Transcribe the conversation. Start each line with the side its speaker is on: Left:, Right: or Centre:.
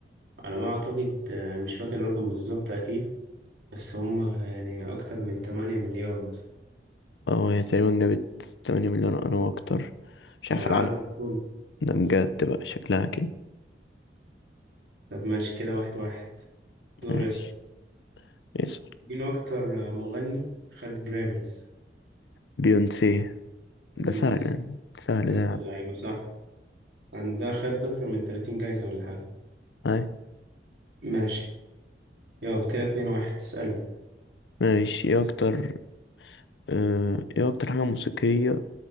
Right: على ما أعتقد آه، مش فاكر الرقم بالظبط أكيد بس هم يعني أكتر من 8 مليار مثلا
Left: أه هي تقريبا جابت 8 مليون أو أكتر مش
Right: للعالم
Left: عارف العالم
Right: كله
Left: ده بجد بقى شكلها كده
Right: طب ماشي كده واحد واحد دور
Left: ماشي
Right: يسأل
Left: اسأل
Right: مين أكتر مغني خد جراميز؟
Left: بيونسي ده
Right: بيونس
Left: سهل يعني سهل
Right: يا
Left: ده
Right: ابن
Left: يا عم.
Right: اللعيبة صح عندها خدت أكتر من 30 جايزة ولا حاجة
Left: أي
Right: ماشي يلا كده اتنين واحد اسألني
Left: ماشي إيه أكتر آه، إيه أكتر حاجة موسيقية